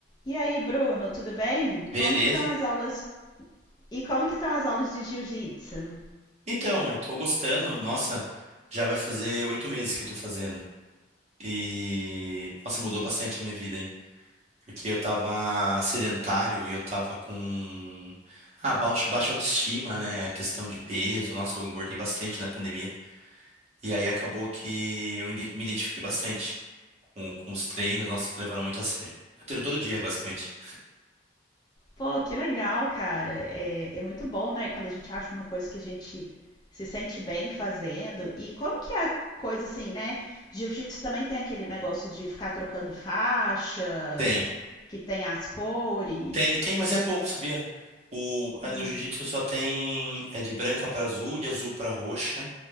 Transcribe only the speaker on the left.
E aí, Bruno, tudo bem?
Como que estão as aulas? E como que estão as aulas de jiu-jitsu?
Pô, que legal, cara. É, é muito bom, né? Quando a gente acha uma coisa que a gente se sente bem fazendo. E como que é a coisa assim, né? Jiu-jitsu também tem aquele negócio de ficar trocando faixa,
que tem as cores.
Hum,